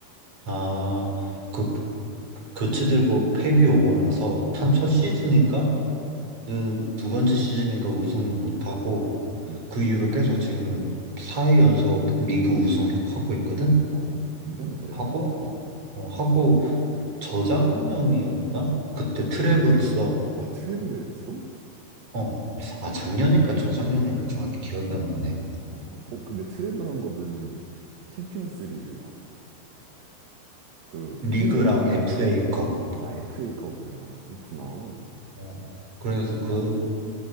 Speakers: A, on the right; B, on the right.
A: 아, 그, 교체되고 펩이 오고 나서 탄 첫 시즌인가? 는두 번째 시즌인가 우승 못하고,
B: 응.
A: 그 이후로 계속 지금 4회 연속 리그 우승하고 있거든?
B: 어, 굉장히 잘했네.
A: 하고,
B: 음.
A: 어, 하고, 저작년이었나? 그때 트랩을 했어.
B: 아, 트래블을 했어?
A: 어.
B: 어,
A: 아, 작년인가 저작년인가 정확히 기억이 안 나네.
B: 어, 어, 근데 트래블 한 거면은 챔피언스 리그랑 그
A: 리그랑
B: 프리미어,
A: FA컵.
B: 아, FA컵을, 아, 그렇구나. 어,
A: 어. 그래서 그